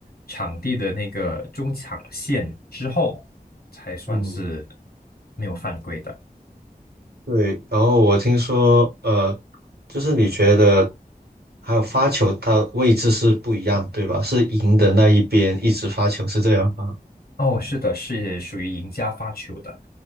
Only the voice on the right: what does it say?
嗯。
对，然后我听说，呃，就是你觉得还有发球，它位置是不一样，对吧？是赢的那一边一直发球，是这样吗？